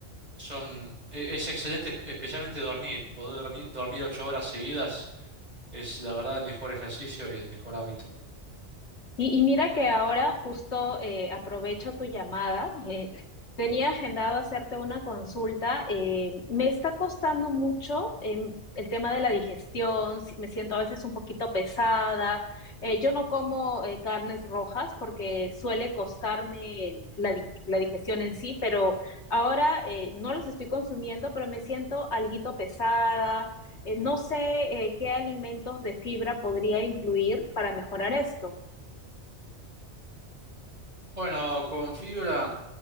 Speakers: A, on the right; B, on the left.
A: son, e- es excelente, especialmente dormir. Poder dormir, dormir ocho horas seguidas es la verdad el mejor ejercicio y el mejor hábito.
B: Y, y mira que ahora justo eh, aprovecho tu llamada. eh, tenía agendado hacerte una consulta. eh, me está costando mucho em, el tema de la digestión. si- Me siento a veces un poquito pesada. eh, yo no como eh, carnes rojas porque suele costarme el- la, di- la digestión en sí, pero ahora eh, no las estoy consumiendo, pero me siento alguito pesada. eh, no sé eh, qué alimentos de fibra podría incluir para mejorar esto.
A: Bueno, con fibra,